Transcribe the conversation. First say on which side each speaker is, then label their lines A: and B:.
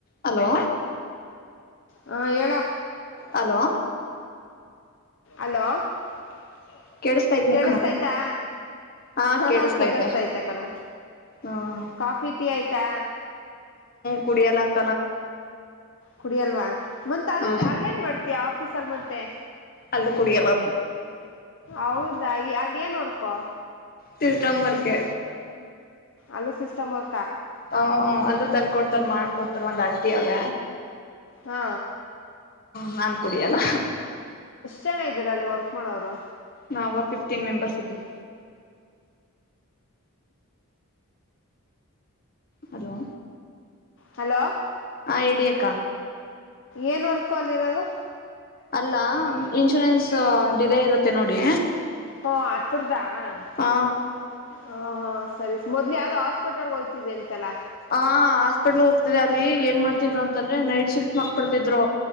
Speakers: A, on the left; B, on the left.
A: Hello
B: ಹಾ ಹೇಳ
A: hello
B: hello ಲ್ಲ <unintelligible>
A: ಕೇಳಿಸತಾ ಇದೀ
B: ಕೇಳಸ್ತಯ್ತಾ
A: ಅಕ್ಕ ಹಾ
B: ಹ
A: ಕೇಳಿಸತೈತೆ
B: ಕೇಳಿಸತಾಯ್ತ ಅ ಕಡೆ
A: ಹ್ಮ್
B: ಕಾಫಿ ಟೀ ಆಯ್ತಾ
A: ಕುಡಿಯ ಲಖ
B: ಕುಡಿಯಲ್ವಾ ಮತ್ ಅಲ್ಲಿ
A: ಹ
B: ಅಲ್ಲೇನ್ ಮಾಡ್ತೀಯ ಆಫೀಸ್ ಸಲ್ಮಂತೆ
A: ಅಲ್ಲ ಕುಡಿಯಲ್ಲ
B: ಹೌದಾ ಅಲ್ಲಿ ಏನುೋರ್ಕೊ
A: ತಿರುತಂಬರ್ಕ್ಕೆ
B: ಅಲೂ ಸಿಸ್ಟಮರ್
A: ಹ ಅಲೂ ನ್ ಕೊಡ್ತಾರ ಮಾಡ್ಕೊಡ್ತಾರ ಒಂಗ ಆಂಟಿ ಅವ್ರ
B: ಹಾ
A: ಹ್ಮ ಕುಡಿಯಲ್ಲ
B: ಚೆನ್ನಾಗಿದ್ದೀರ ಅಲ್ಲಿ ವರ್ಕ್ ಮಾಡೋರು
A: ನಾವು ಫಿಫ್ಟೀನ್ ಮೆಂಬರ್ಸ್ ಇದವಿ ಹಲೋ
B: ಹಲೋ
A: ಹಾ ಎಡಿಯಕ್ಕಾ
B: ಏನ್ ವರ್ಕು ಅಲ್ಲಿರೋದು
A: ಅಲ್ಲ ಇನ್ಶೂರೆನ್ಸ್ ಡಿಲೇ ಇರುತ್ತೆ ನೋಡಿ
B: ಹೋ ಹತ್ತರ್ದ ಹ
A: ಹಾ
B: ಹ ಸರಿ ಮೊದ್ಲಿ ಯಾವ್ದೋ ಹಾಸ್ಪಟಲ್ ಹೋಗ್ತಿದೆ ಎಂತೆಲ್ಲ
A: ಹ ಹಾಸ್ಪಿಟ್ಲ್ ಹೋಗ್ತಿದೆ ಅಲ್ಲಿ ಏನ್ ಮಾಡ್ತಿದ್ರು ಅಂತಂದ್ರೆ ನೈಟ್ ಶಿಫ್ಟ್ ಮಾಡಬೊಡ್ತಿದ್ರು